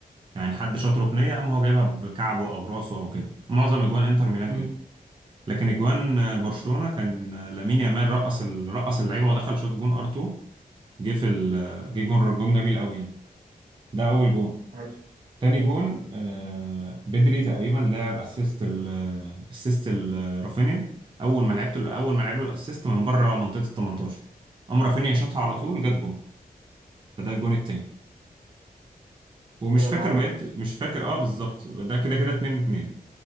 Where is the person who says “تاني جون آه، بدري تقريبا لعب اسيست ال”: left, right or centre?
Right